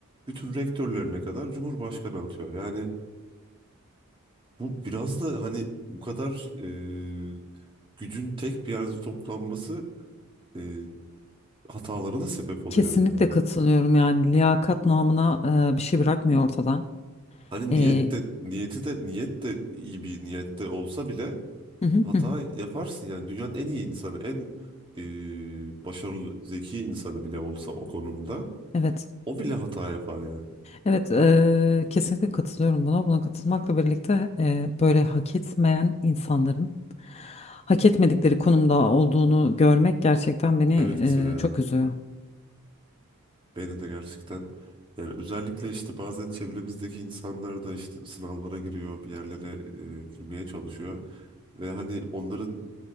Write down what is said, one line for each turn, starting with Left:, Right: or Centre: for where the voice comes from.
Right: bütün rektörlerine kadar Cumhurbaşkanı atıyor. Yani bu biraz da hani bu kadar e, gücün tek bir yerde toplanması e, hatalara da sebep oluyor
Left: Kesinlikle
Right: yani.
Left: katılıyorum yani liyakat namına e, bir şey bırakmıyor ortada.
Right: Hani
Left: E,
Right: niyet de niyeti de niyet de iyi bir niyette olsa bile
Left: hı hı
Right: Hata
Left: hı hı.
Right: yaparsın yani dünyanın en iyi insanı, en e, başarılı, zeki insanı bile olsa o konumda
Left: Evet.
Right: o bile hata yapar yani.
Left: Evet, eee, kesinlikle katılıyorum buna. Buna katılmakla birlikte eee, böyle hak etmeyen insanların hak etmedikleri konumda olduğunu görmek gerçekten beni
Right: Evet
Left: eee,
Right: ya
Left: çok üzüyor.
Right: beni de gerçekten yani özellikle işte bazen çevremizdeki insanlar da işte sınavlara giriyor, bir yerlere e, girmeye çalışıyor ve hani onların